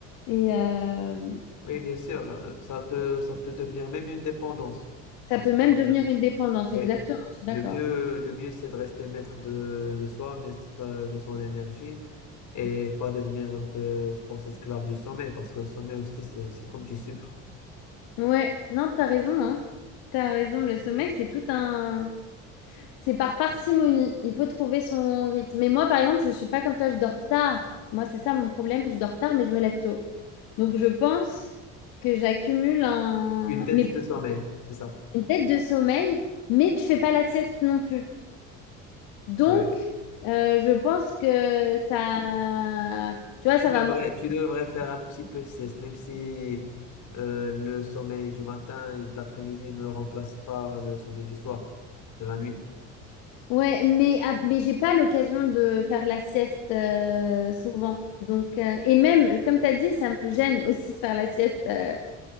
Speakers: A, on the left; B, on the left.
A: Et euh,
B: Oui, bien sûr, euh, ça peut, ça peut devenir même une dépendance. Parce
A: ça peut
B: que
A: même devenir une dépendance,
B: Oui.
A: exactement. Je suis d'accord.
B: Le mieux, le mieux, c'est de rester maître de, de soi, maître euh, de son énergie et pas devenir un peu, je pense, esclave du sommeil parce que le sommeil aussi, c'est, c'est comme du sucre.
A: Ouais, non, t'as raison, hein. T'as raison. Le sommeil, c'est tout un... C'est par parcimonie. Il faut trouver son rythme. Mais moi, par exemple, je ne suis pas comme toi, je dors tard. Moi, c'est ça mon problème. Je dors tard, mais je me lève tôt. Donc, je pense que j'accumule un...
B: Une dette
A: mais
B: de sommeil, c'est ça.
A: une tête de sommeil, mais je ne fais pas la sieste non plus. Donc,
B: Ouais.
A: euh, je pense que ça... Tu vois,
B: Tu
A: ça
B: devrais,
A: va...
B: tu devrais faire un petit peu de sieste, même si euh, le sommeil du matin et de l'après-midi ne remplace pas le sommeil du soir, de la nuit.
A: Ouais, mais, ah, mais j'ai pas l'occasion de faire la sieste euh, souvent. Donc, euh, et même, comme tu as dit, ça me gêne aussi de faire la sieste euh,